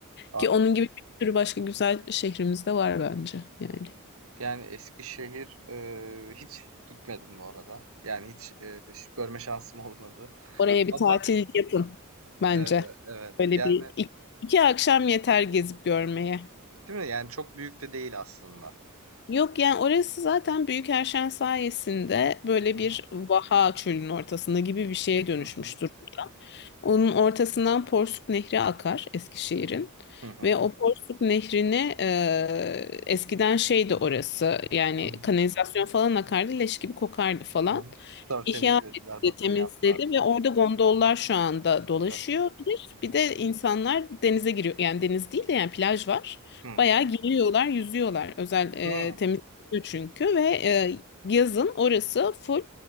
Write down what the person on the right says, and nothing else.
Anladım.
Yani Eskişehir eee hiç gitmedim bu arada. Yani hiç eee, hiç görme şansım olmadı.
Ama
eee, evet
yani
Değil mi? Yani çok büyük de değil aslında.
Hı
hı.
Hı hı.
Hı hı.
Hı hı.
Hı hı. Tertemizlediler,
bakım
yaptılar,
değil mi?
Evet.
Hı hı.
Hı.
Hı.